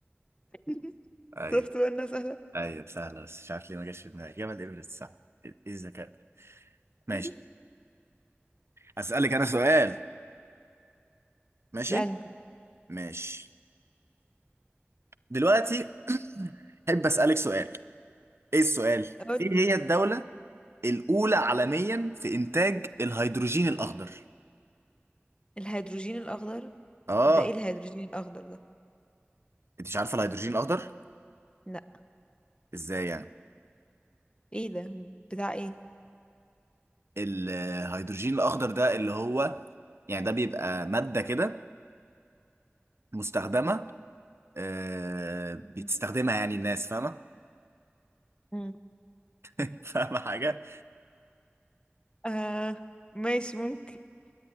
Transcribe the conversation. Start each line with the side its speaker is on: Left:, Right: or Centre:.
Left: <laughs>
Right: ايوه
Left: شفت بقى انها سهلة
Right: ايوه سهلة بس مش عارف ليه ما جاش في دماغي جبل ايفرست صح ايه الذكاء ده ماشي
Left: <laughs>
Right: اسألك انا سؤال ماشي
Left: اسألني
Right: ماشي دلوقتي <clears throat> احب اسألك سؤال ايه السؤال
Left: قول
Right: ايه هي الدولة الاولى عالميا في انتاج الهيدروجين الاخضر
Left: الهيدروجين الأخضر
Right: اه
Left: ده ايه الهيدروجين الأخضر ده
Right: انت مش عارفه الهيدروجين الاخضر
Left: لا
Right: ازاي يعني
Left: ايه ده بتاع ايه
Right: الهيدروجين الاخضر ده اللي هو يعني ده بيبقى ماده كده مستخدمه آه
Left: <laughs>
Right: بتستخدمها يعني الناس فاهمه
Left: مم.
Right: <laughs> فاهمه حاجه
Left: آه ماشي ممكن <laughs>